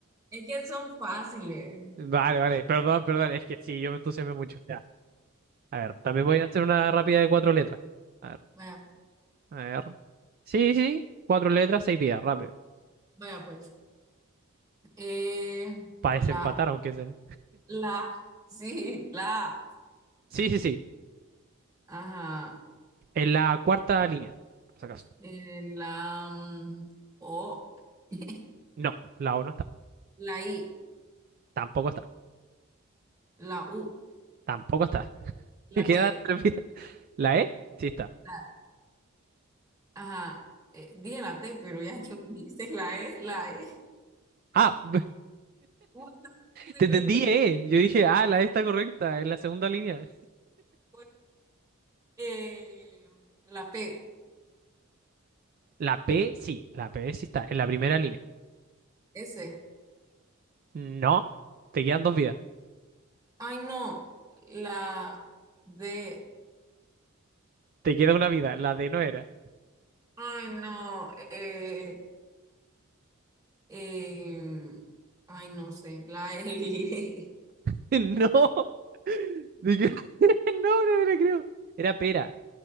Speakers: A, on the right; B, on the right.
A: Es que son fáciles.
B: Vale, vale. Perdón, perdón. Es que sí, yo me entusiasmé mucho. A ver, también voy a hacer una rápida de cuatro letras. A ver,
A: Vaya, pues.
B: a ver. Sí, sí, cuatro letras, seis vidas, rápido.
A: Vaya, pues. Eh,
B: para
A: la,
B: desempatar, aunque sea.
A: la, sí, la,
B: Sí, sí, sí.
A: ajá.
B: En la cuarta línea, por si acaso.
A: Eh, la, mm, O, <laughs>
B: No, la O no está.
A: la I,
B: Tampoco está.
A: la U,
B: Tampoco está. <laughs>
A: la
B: Quedan
A: T,
B: tres vidas. ¿La E? Sí está.
A: la, ajá. Eh, dije la T, pero ya que me dijiste la E, la E.
B: Ah, <laughs>
A: <laughs> Bueno, bueno.
B: te entendí, E. Yo dije, ah, la E está correcta, en la segunda línea.
A: Pues, eh, la P,
B: La P, sí, la P sí está, en la primera línea.
A: S.
B: No, te quedan dos vidas.
A: Ay, no. La D.
B: Te queda una vida, la D no era.
A: Ay, no. eh, em, ay, no sé. La L.
B: <laughs> No. <laughs> No, no me lo creo. Era pera.